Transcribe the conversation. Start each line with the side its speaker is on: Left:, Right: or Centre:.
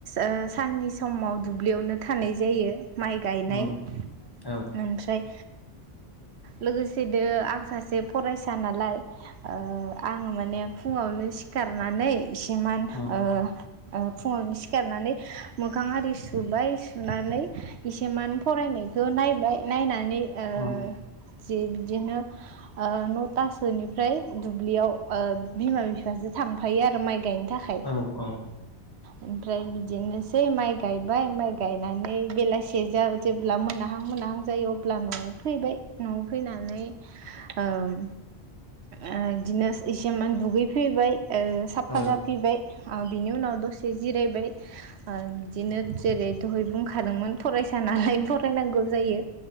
Right: ओ साननि समाव दुब्लियावनो थानाय जायो। माइ गायनाय
Left: उम
Right: <unintelligible>
Left: औ
Right: ओमफ्राय लोगोसेनो आं सासे फरायसा नालाय ओ आङो माने फुङावनो सिखार नानै इसेमान
Left: उम
Right: ओ ओ फुङावनो सिखारनानै मोखां आरि सुबाय सुनानै इसे मान फरायनाय <unintelligible> नायबाय नायनानै ओ
Left: उम
Right: जि बिदिनो ओ नथासोनिफ्राय दुब्लियाव ओ बिमा बिफाजो थांफायो आरो माइ गायनो। थाखाय
Left: औ औ।
Right: ओमफ्राय बिदिनोसै माइ गायबाय माइ गायनानै बेलासे जा जेब्ला मोना हां मोनहां जायो अब्ला न'आव फैबाय न'आव फैनानै ओम ओ दिनो इसेमान दुगैफैबाय ओ साफा
Left: औ
Right: जाफिबाय ओ बिनि उनाव दसे जिरायबाय ओ बिदिनो जेरै दहाय बुंखादोंमोन फरायसा नालाय फरायनांगौ जायो